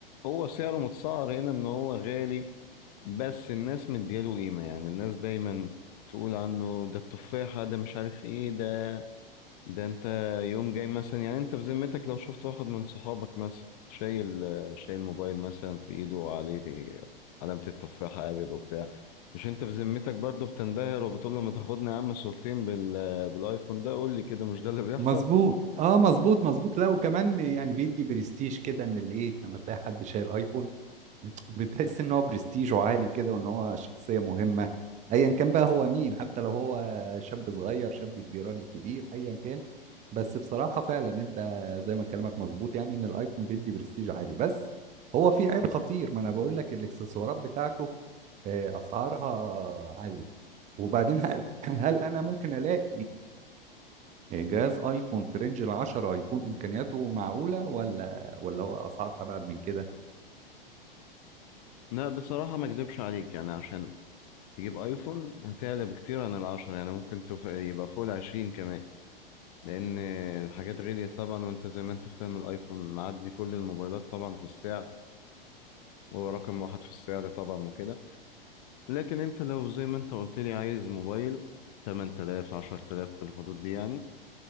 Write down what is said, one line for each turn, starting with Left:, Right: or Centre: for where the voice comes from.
Left: هو سعره متسعر هنا ان هو غالي بس الناس مدياله قيمة يعني الناس دايما تقول عنه ده التفاحة ده مش عارف ايه ده ده انت يوم جاي مثلا يعني انت بذمتك لو شفت واحد من صحابك مثلا شايل آه، شايل موبايل مثلا في ايده وعليه علامة التفاحة ابل وبتاع مش انت بذمتك برضه بتنبهر وبتقول له ما تاخدني يا عم صورتين بال بالايفون ده قول لي كده مش ده اللي بيحصل
Right: مظبوط اه مظبوط مظبوط لا وكمان يعني بيدي برستيج كده ان الايه لما تلاقي حد شايل ايفون بتحس ان هو برستيجه عالي كده وان هو شخصيه مهمه ايا كان بقى هو مين حتى لو هو شاب صغير شاب كبير راجل كبير ايا كان بس بصراحه فعلا انت زي ما كلامك مظبوط يعني ان الايفون بيدي برستيج عالي بس هو في عيب خطير ما انا بقول لك الاكسسوارات بتاعته آه، اسعارها عاليه وبعدين هل هل انا ممكن الاقي جهاز ايفون في رينج ال 10 يكون امكانياته معقوله ولا ولا هو اسعار ابعد من كده
Left: لا بصراحة ما اكدبش عليك يعني عشان تجيب ايفون هتعلى بكتير عن العشرة يعني ممكن تف... يبقى فوق العشرين كمان لان الحاجات غليت طبعا وانت زي ما انت فاهم الايفون معدي كل الموبايلات طبعا في السعر هو رقم واحد في السعر طبعا وكده لكن انت لو زي ما انت قلت لي عايز موبايل 8000 10000 في الحدود دي يعني